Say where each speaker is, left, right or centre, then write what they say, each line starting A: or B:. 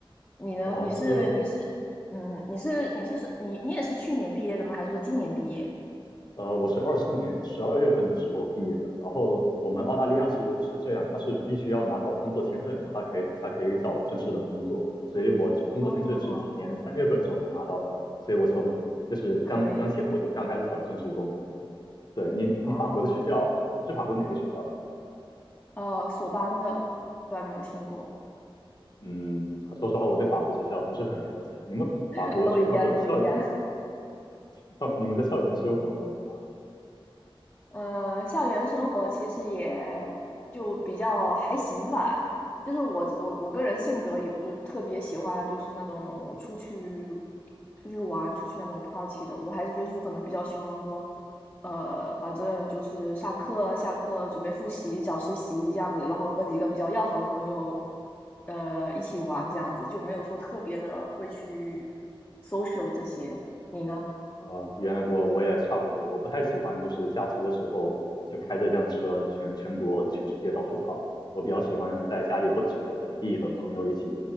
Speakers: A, on the left; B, on the left.
A: 你呢？
B: 哦，
A: 你是你是嗯，
B: 这样，
A: 你是你是是你你也是去年毕业的吗？还是说今年毕业？
B: 呃，我是二四年十二月份的时候毕业的，然后我们澳大利亚是是这样，它是必须要拿到工作签证以后，它可以才可以找正式的工作，所以我这工作签证是今年三月份的时候才拿到的，
A: 哦，
B: 所以我从就是刚刚前不久刚开始找正式工，
A: 可以
B: 对你，
A: 哦
B: 你法国的学校你是法国哪个学校的呀？
A: 哦，呃，索邦的，不知道你有没有听过，
B: 嗯，说实话，我对法国学校不是很了解。你们法国学校的校园，
A: <laughs> 都一样，都一样。
B: <laughs> 你们的校园生活怎么样？
A: 嗯，呃校园生活其实也就比较还行吧，就是我我我个人性格也不是特别喜欢，就是那种出去出去玩、出去那种 party 的，我还是就是可能比较喜欢说，呃，反正就是上课、下课准备复习、找实习这样子，然后和几个比较要好的朋友，呃，一起玩这样子，就没有说特别的会去 social 这些。你呢？
B: 呃，原来我我也差不多，我不太喜欢就是假期的时候就开着辆车全全国或者全世界到处跑。我比较喜欢在家里或者是在本地和朋友一起，